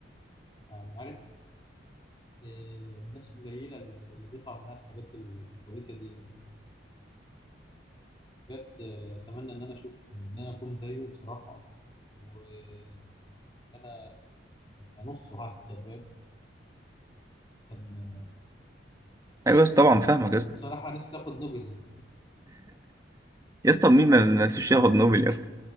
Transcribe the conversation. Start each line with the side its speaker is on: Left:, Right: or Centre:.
Left: يعني عارف آه، الناس القليلة اللي بيطلع منها الحاجات الكويسة دي يعني. بجد آه، أتمنى إن أنا أشوف إن أنا أكون زيه بصراحة وإن أنا أنصه حتى فاهم؟ كان
Right: ايوه يا اسطى طبعا فاهمك يا اسطى
Left: بصراحة نفسي آخد نوبل
Right: يا اسطى مين ما ما نفسوش ياخد نوبل يا اسطى